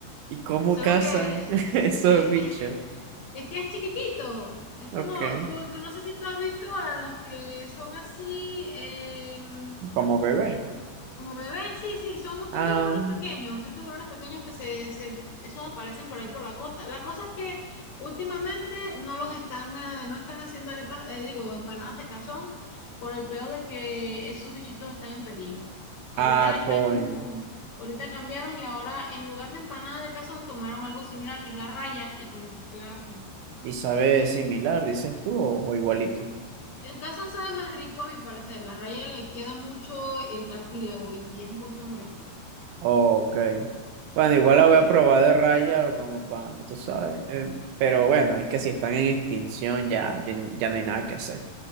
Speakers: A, on the right; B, on the left.
A: ¿Y cómo
B: Solo
A: cazan
B: que eh,
A: <laughs> esos
B: eh,
A: bichos?
B: <laughs> es que es chiquitito. Es como,
A: Ok.
B: tú, tú no sé si tú has visto a los que son así, em,
A: Como bebé.
B: Como bebés, sí, sí, son, son
A: Ah,
B: tiburones pequeños, son tiburones pequeños que se, se, esos aparecen por ahí por la costa. La cosa es que últimamente no los están, eh, no están haciendo arepas, eh, digo, empanadas de cazón por el peor de que esos bichitos están en peligro. Ahorita
A: ah,
B: están,
A: coño.
B: ahorita cambiaron y ahora en lugar de empanada de cazón tomaron algo similar que es la raya y con eso es que la hacen.
A: ¿Y sabe similar, dices tú, o o igualito?
B: El cazón sabe más rico a mi parecer, la raya le queda mucho el cartílago y es un poquito molesto.
A: Ok. Bueno,
B: Pero
A: igual la
B: bueno.
A: voy a probar de raya, como para, tú sabes. eh, pero bueno, es que si están en extinción ya, ya, ya no hay nada que hacer.